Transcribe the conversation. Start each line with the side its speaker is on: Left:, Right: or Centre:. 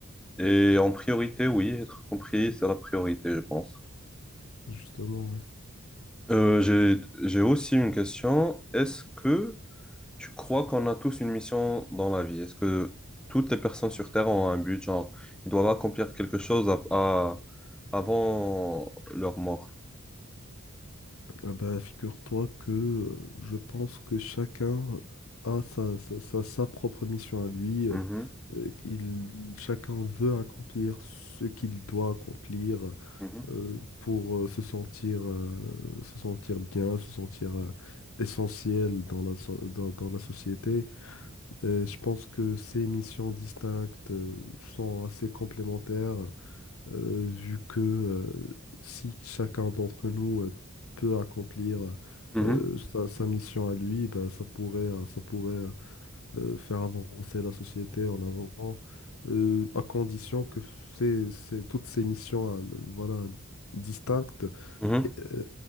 Centre: Et en priorité, oui, être compris, c'est la priorité, je pense.
Left: Justement, oui.
Centre: Euh, j'ai, j'ai aussi une question. Est-ce que tu crois qu'on a tous une mission dans la vie? Est-ce que toutes les personnes sur Terre ont un but, genre, ils doivent accomplir quelque chose à- à- avant leur mort?
Left: Ah ben, figure-toi que euh, je pense que chacun a sa, sa, sa- sa propre mission à lui. euh,
Centre: Mhm,
Left: euh, Il, chacun veut accomplir ce qu'il doit accomplir.
Centre: mhm,
Left: euh, pour euh, se sentir, euh, se sentir bien, se sentir euh, essentiel dans la, so- dans, dans la société. Euh, je pense que ces missions distinctes euh, sont assez complémentaires, euh, vu que euh, si chacun d'entre nous euh, peut accomplir
Centre: mhm,
Left: euh, sa, sa mission à lui, ben, ça pourrait, euh, ça pourrait euh, faire avancer la société en avant. euh, à condition que ces- ces- toutes ces missions euh, voilà, distinctes
Centre: mhm.
Left: euh,